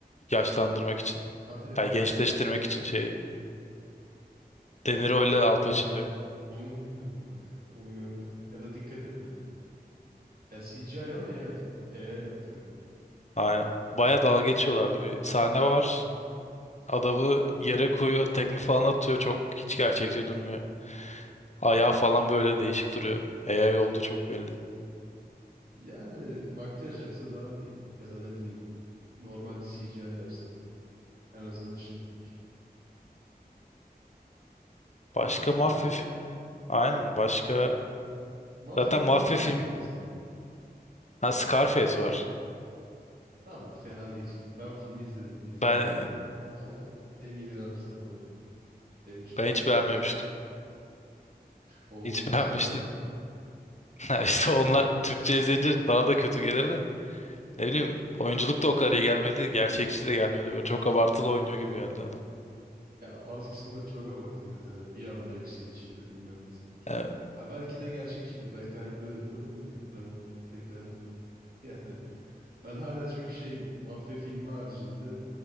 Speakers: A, on the left (about 45°); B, on the right (about 65°).
A: yaşlandırmak için.
B: Hadi ya.
A: Yani gençleştirmek için şeyi. De
B: Ama
A: Niro ile Al Pacino'yu.
B: onu bilmiyordum bak. Onu görmedim. Ya da dikkat etmedim. Ya CGI ama AI. AI yaptırıyor direkt.
A: Aynen. baya dalga geçiyorlardı. Bir sahne var. Adamı yere koyuyor. Tekme falan atıyor. Çok hiç gerçekçi durmuyor. Ayağı falan böyle değişik duruyor. AI oldu çok belli.
B: Yani makyaj yapsa daha iyi. Ya da ne bileyim normal bir C CGI yapsa. En azından şimdilik.
A: Başka
B: Onun dışında
A: mafya filmleri. Aynen başka.
B: Mafya'da
A: Zaten mafya
B: ben bu kadarım
A: film.
B: mesela.
A: Ha Scarface var.
B: Tamam bak fena değil. Ben o filmi izledim. İzlerim
A: Ben
B: de yine. Ama en iyileri arasına koymam. Benim için
A: ben
B: de
A: hiç
B: iyi.
A: beğenmemiştim.
B: Oğlum
A: Hiç
B: başardı
A: beğenmiştim.
B: anne.
A: <laughs> Ha, İşte onlar Türkçe izleyince daha da kötü gelir de. Ne bileyim oyunculuk da o kadar iyi gelmedi. Gerçekçi de gelmedi. Böyle çok abartılı oynuyor gibi geldi adam.
B: Ya bazı kısımlar çok abartıydı. Hani bir anda yükselişidir bilmem nesidir.
A: Evet.
B: Ha belki de gerçekçidir. Belki hayat böyledir ama bilmiyorum. Ben pek beğenmedim. <laughs> Yani ben hala çünkü şeyim. Mafya filmi haricinde